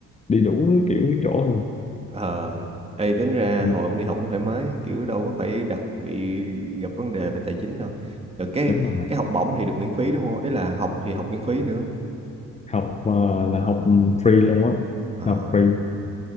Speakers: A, on the left; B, on the right.
A: đi đủ kiểu chỗ luôn
B: Ờ, ê, tính ra
A: ừ,
B: hồi ông đi học cũng thoải mái kiểu đâu có phải đặc bị gặp vấn đề về tài chính đâu rồi cái
A: đúng rồi
B: cái học bổng thì được miễn phí đúng không ý là học thì học miễn phí nữa
A: học ờ, là học ừ, free luôn á
B: ờ
A: học free